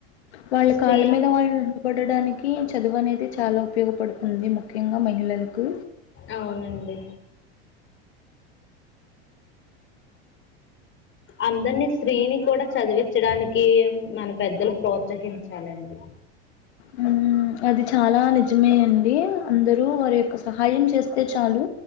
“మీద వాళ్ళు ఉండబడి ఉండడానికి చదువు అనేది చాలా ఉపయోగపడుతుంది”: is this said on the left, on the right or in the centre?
Left